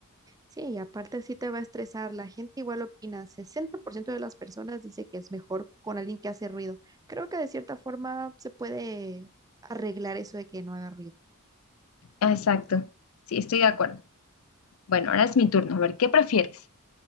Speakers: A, on the right; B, on the left.
A: sí, y aparte sí te va a estresar. La gente igual opina. sesenta por ciento de las personas dice que es mejor con alguien que hace ruido. Creo que de cierta forma se puede arreglar eso de que no haga ruido.
B: Ah, Exacto. Sí, estoy de acuerdo. Bueno, ahora es mi turno. A ver, ¿qué prefieres?